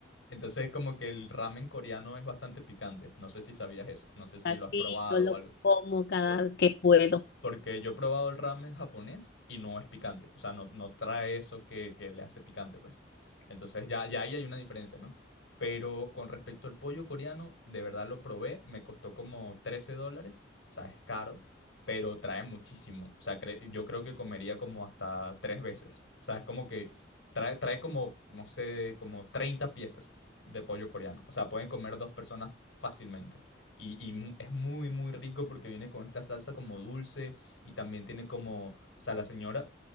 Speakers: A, on the left; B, on the left.
A: Entonces, como que el ramen coreano es bastante picante. No sé si sabías eso, no sé si
B: Así
A: lo has probado
B: yo lo
A: o algo.
B: como cada
A: Por-
B: que puedo.
A: Porque yo he probado el ramen japonés y no es picante. O sea, no, no trae eso que, que le hace picante, pues. Entonces ya, ya ahí hay una diferencia, ¿no? Pero con respecto al pollo coreano, de verdad lo probé. Me costó como 13 dólares. O sea, es caro, pero trae muchísimo. O sea, cre- yo creo que comería como hasta tres veces. O sea, es como que trae, trae como, no sé, como 30 piezas de pollo coreano. O sea, pueden comer dos personas fácilmente. Y, y mu- es muy, muy rico porque viene con esta salsa como dulce y también tiene como, o sea, la señora,